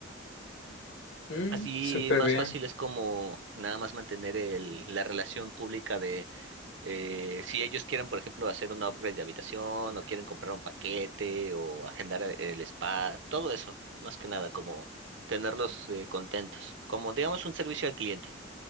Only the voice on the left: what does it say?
Mm,
súper
bien.